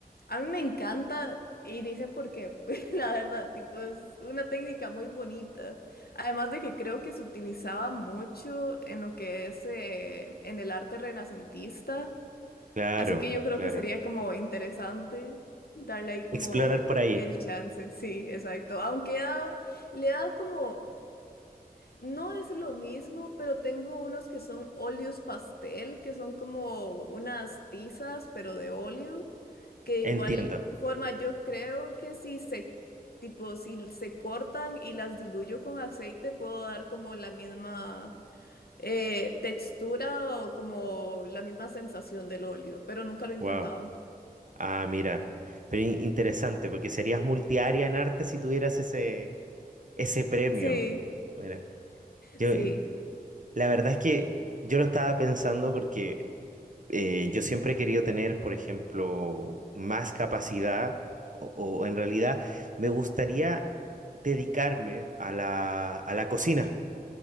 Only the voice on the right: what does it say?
Claro,
claro.
Explorar por ahí.
Entiendo.
Wow. Ah, mira. Pero in- interesante, porque serías multiárea en arte si tuvieras ese, Ese premio.
Mira, yo,
la verdad es que yo lo estaba pensando porque eh, yo siempre he querido tener, por ejemplo, más capacidad o, o en realidad me gustaría dedicarme a la, a la cocina.